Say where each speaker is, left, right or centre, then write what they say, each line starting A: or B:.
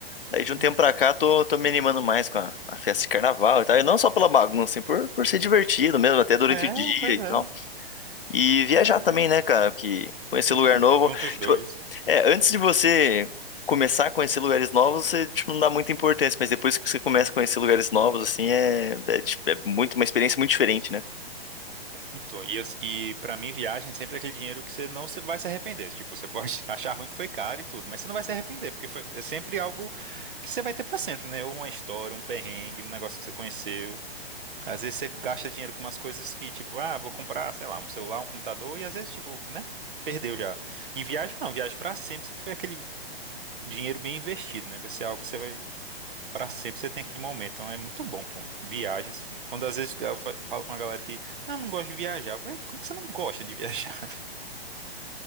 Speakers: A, on the left; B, on the right.
A: Daí de um
B: Uhum.
A: tempo pra cá tô, tô me animando mais com a, a festa de carnaval e tal. E não só pela bagunça, assim, por, por ser divertido mesmo, até durante
B: É,
A: o dia
B: pois
A: e
B: é.
A: tal. E viajar
B: É.
A: também, né, cara? Que conhecer
B: Uhum.
A: lugar novo.
B: Junta os dois.
A: Tipo, é, antes de você começar a conhecer lugares novos, você, tipo, não dá muita importância, mas depois que você começa a conhecer lugares novos, assim, é, é, tipo, é muito, uma experiência muito diferente, né?
B: Então, e, eu- e para mim, viagem sempre é aquele dinheiro que você não se- vai se arrepender. Tipo, você pode <laughs> achar ruim que foi caro e tudo, mas você não vai se arrepender, porque foi, é sempre algo que você vai ter pra sempre, né? Ou uma história, um perrengue, um negócio que você conheceu. Às vezes você gasta dinheiro com umas coisas que, tipo, ah, vou comprar, sei lá, um celular, um computador, e às vezes, tipo, né? Perdeu já. E viagem não, viagem pra sempre. Foi aquele dinheiro bem investido, né? Vai ser algo que você vai pra sempre, você tem aquele momento. Então é muito bom, pô. Viagem, assim. Quando às vezes eu fa- falo com a galera que, não, não gosto de viajar. Eu falei, como que você não gosta de viajar? <laughs>